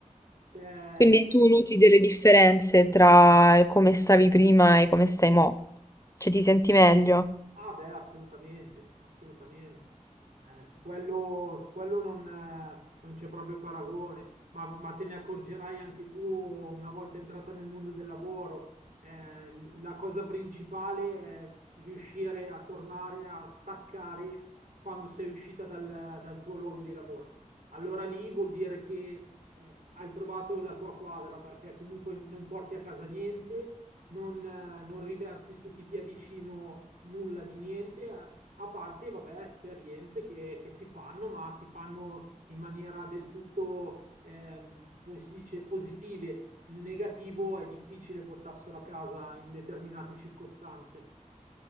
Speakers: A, on the right; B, on the left.
A: Te-
B: Quindi tu noti delle differenze tra il come stavi prima e come stai mo'? Cioè ti senti meglio?
A: Ah beh, assolutamente, assolutamente. Eh, su quello, su quello non, eh, non c'è proprio paragone, ma, ma te ne accorgerai anche tu una volta entrata nel mondo del lavoro. Eh, la cosa principale è riuscire a tornare a staccare quando sei uscita dal, dal tuo luogo di lavoro. Allora lì vuol dire che eh, hai trovato la tua quadra perché comunque non porti a casa niente non, eh, non riversi su chi ti è vicino nulla di niente, a, a parte, vabbè, esperienze che, che si fanno, ma si fanno in maniera del tutto, ehm, come si dice, positive. Il negativo è difficile portarselo a casa in determinate circostanze.